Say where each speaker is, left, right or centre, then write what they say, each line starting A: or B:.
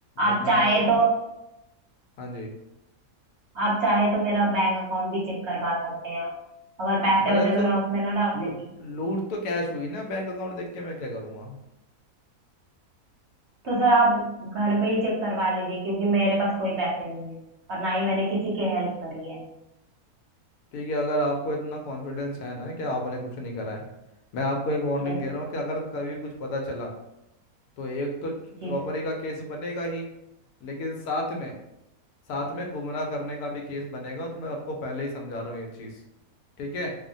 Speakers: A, on the right; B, on the left.
A: आप
B: मैंने
A: चाहे
B: आपको
A: तो
B: हाँ जी
A: आप चाहे तो मेरा बैंक अकाउंट भी चेक करवा सकते हैं अगर पैसे
B: अरे
A: होते
B: तो
A: तो मैं उसमें ना डाल
B: लू-
A: देती
B: लूट तो कैश हुई ना बैंक अकाउंट देख के मैं क्या करूँगा
A: तो सर आप घर पे ही चेक करवा लीजिए क्योंकि मेरे पास कोई पैसे नहीं है और ना ही मैंने किसी की हेल्प करी है
B: ठीक है अगर आपको इतना कॉन्फिडेंस है ना कि आपने कुछ नहीं करा है मैं आपको एक वार्निंग
A: Yes
B: दे
A: sir
B: रहा हूँ कि अगर कभी कुछ पता चला तो एक तो
A: जी
B: रॉबरी
A: सर
B: का केस बनेगा ही लेकिन साथ में साथ में गुमराह करने का भी केस बनेगा तो मैं आपको पहले ही समझा रहा हूँ ये चीज़ ठीक है